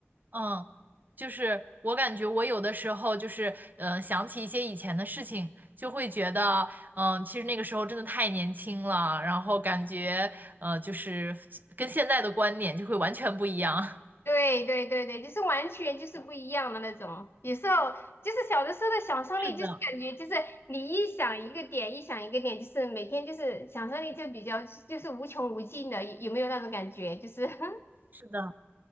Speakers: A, on the right; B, on the left.
A: 嗯就是我感觉我有的时候就是嗯、呃想起一些以前的事情，就会觉得嗯、呃其实那个时候真的太年轻了，然后感觉呃，就是呃跟现在的观点就会完全不一样。<laughs>
B: 对对对对，就是完全就是不一样的那种。有时候就是小的时候的想象力，
A: 是的，
B: 就是感觉就是你一想一个点，一想一个点，就是每天就是想象力就比较就是无穷无尽的，有有没有那种感觉？就是 <laughs>
A: 是的。